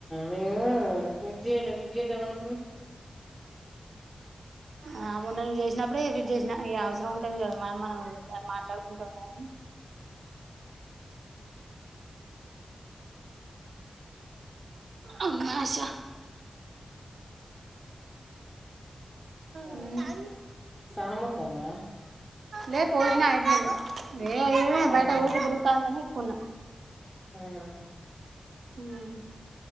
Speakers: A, in the centre; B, on the right.
A: నేను పీట్ చేయలే పీట్ చెందామని
B: ఆ మొన్న నువ్వు చేసినప్పుడే లిఫ్ట్ చేసిన ఈ అవసరం అంటది కదా మ మనం మాట్లాడుకుంటాం కదని అమాషా
A: ఆ
B: ఉం
A: స్నానం పోతన్నావా
B: లేదు పోజిన అయిపోయింది ఏ అయి బయట
A: అవును
B: ఊకి దిరుగుతాందని ఎట్టుకున్నాం
A: ఆహా
B: మ్మ్